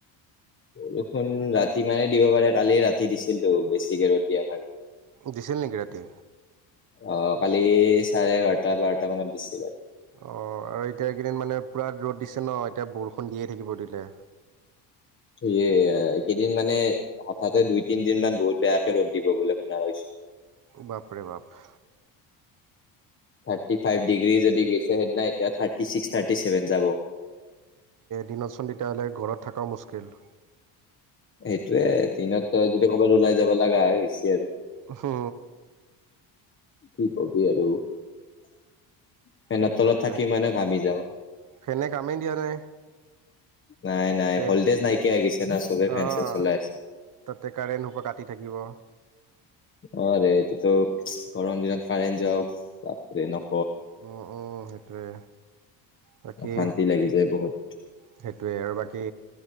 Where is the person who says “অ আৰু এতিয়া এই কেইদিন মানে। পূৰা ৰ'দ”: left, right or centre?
Right